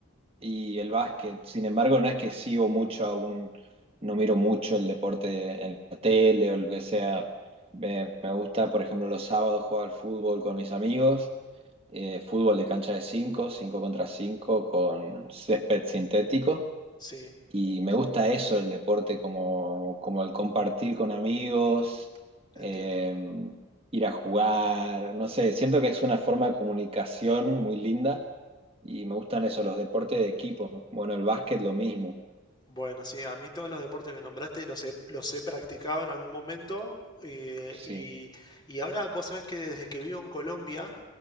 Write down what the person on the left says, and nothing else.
sí,
entiendo.
Bueno, sí, a mí todos los deportes que nombraste los he, los he practicado en algún momento eh,
y, y ahora vos sabés que desde que vivo en Colombia,